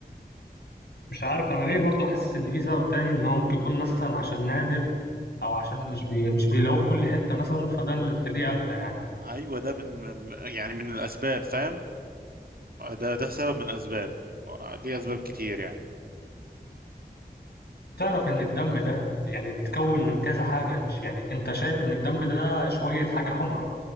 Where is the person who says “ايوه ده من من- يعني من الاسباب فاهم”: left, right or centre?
Right